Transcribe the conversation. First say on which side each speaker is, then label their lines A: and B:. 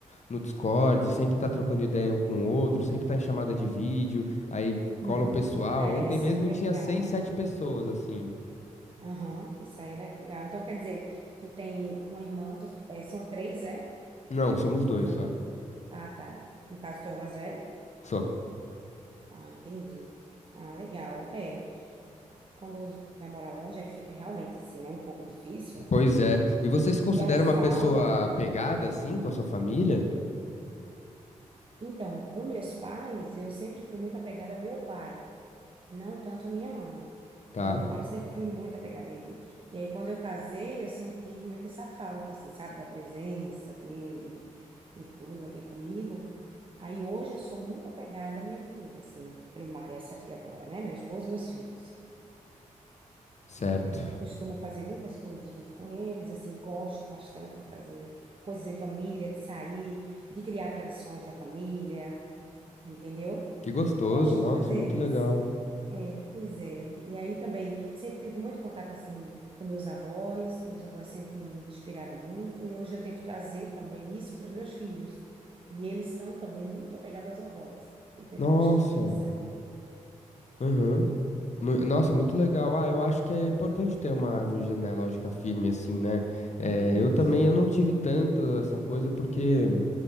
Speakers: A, on the left (about 55°); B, on the right (about 40°).
A: no Discord, sempre tá trocando ideia um com o outro, sempre tá em chamada de vídeo, aí cola
B: uhum.
A: um pessoal.
B: É,
A: Ontem
B: isso
A: mesmo
B: aí é legal.
A: tinha seis, sete pessoas, assim.
B: Aham, isso aí é legal. Então, quer dizer, tu tem uma irmã, tu- é, são três, é?
A: Não, somos
B: Na tua
A: dois
B: família.
A: só.
B: Ah, tá. No caso, tu é o mais velho?
A: Só.
B: Ah, entendi. Ah, legal. É, quando vai morar longe, aí fica realmente assim, né? Um pouco difícil.
A: Pois é. E você se considera
B: E a falta.
A: uma pessoa apegada, assim, com a sua família?
B: Então, com meus pais, eu sempre fui muito apegada ao meu pai. Não tanto a minha mãe.
A: Tá,
B: O meu pai eu sempre fui muito apegada a ele. E aí, quando eu casei, eu senti muito essa falta, assim, sabe, da presença dele e tudo aqui comigo. Aí, hoje, eu sou muito apegada à minha família, assim, primária, essa aqui agora, né? Meu esposo e meus filhos.
A: certo.
B: A gente costuma fazer muitas coisas junto com eles, assim, gosto bastante de fazer coisas em família, de sair, de criar tradições da família entendeu?
A: Que gostoso,
B: Gosto
A: nossa,
B: de fazer
A: muito
B: isso.
A: legal.
B: É, é, pois é. E aí também sempre tive muito contato assim com meus avós. Meus avós sempre me inspiraram muito e hoje eu tento trazer também isso para os meus filhos. E eles são também muito apegados aos avós. Eu tento
A: Nossa,
B: construir essa.
A: aham. Mu- Nossa, muito legal. Ah, eu acho que é importante ter uma árvore genealógica firme, assim, né? Eh,
B: Isso.
A: eu também, eu não tive tanto essa coisa porque